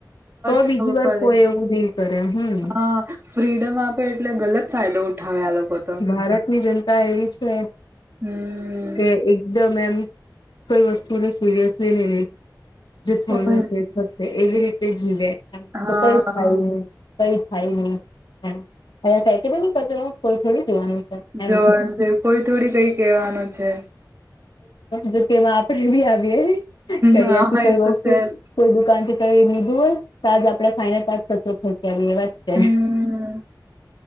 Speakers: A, on the left (about 85°); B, on the right (about 30°).
A: તો
B: જ
A: બીજી
B: ખબર
A: વાર
B: પડે
A: કોઈ એવું નહી કરે હમ.
B: હા ફ્રીડમ આપે એટલે ગલત ફાયદો ઉઠાવે આ લોકો તો.
A: ભારત ની જનતા એવી છે
B: હમ
A: કે એકદમ એમ કોઈ વસ્તુને સિરિયસલી ની લે જે થડું
B: પણ
A: હશે થશે એવી રી તે જીવે
B: હા
A: તો કઈ થાય ની કઈ થાય નહી એમ અહીંયા ફેંકી દે ની કચરો કોઈ થોડી જોવાનો છે. એમ
B: જોવાનું છે કોઈ થોડી કઈ કેવાનું છે.
A: જો તેમાં આપણે બી આવીએ કઈથી
B: હા
A: કઈ
B: એ
A: વસ્તુ
B: તો છે જ
A: કોઈ દુકાન થી કઈ લીધું હોય તાજ આપણે ખાઈને તાજ કચરો ફેક કે એ એવા જ છે.
B: હમ